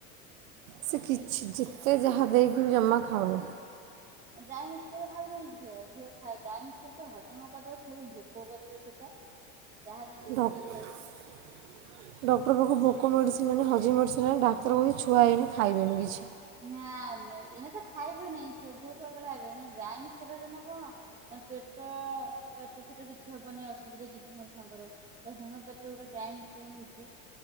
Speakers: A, on the right; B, on the right.
A: ସେ କିଛି ଯେତେ ଯାହା ଦେଇକି ଜମା ଖାଉନି।
B: ଗାଈ ମିଶ ଖାଇବ ଇ ଝିଅ ଝିଅ ଗାଈ ମିଶ ହଜମ କରିଦବ ଛିଅ ବି ଭୋକ କରିବ ସେଇଟା। ଯାହା ଯେମିତି
A: ଡକ୍ଟର
B: ଟିକେ ଖାଇବେ
A: ପାଖ କୁ ଲୋକ ମେଡ଼ିସିନେ ହଜି ମେଡ଼ିସିନେ ଡାକ୍ତରହୁଛି ଛୁଆଇନ ଖାଇବେନି କିଛି।
B: ନା ଏଇନା ତ ଖାଇବେ ନାଇଁଛ ବହୁତ ଚଗଲା ଖାଇବେ ଗାଈ ମିଶ ଜ କଣ ତା ପେଟ ପେଟ ଫେଟ କିଛି ହବନହିଁ ଅସୁବିଧା କିଛି ନାହିଁ ତାଙ୍କର ହୋମିପଥି ଗୋଟେ ଗ୍ରାଇମିକ୍ସର ମିଳୁଛି।